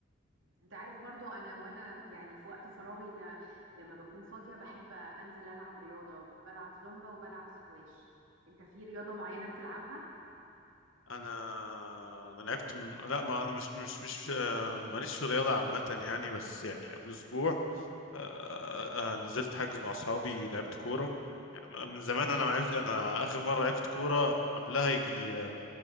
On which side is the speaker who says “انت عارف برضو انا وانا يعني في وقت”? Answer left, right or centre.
Right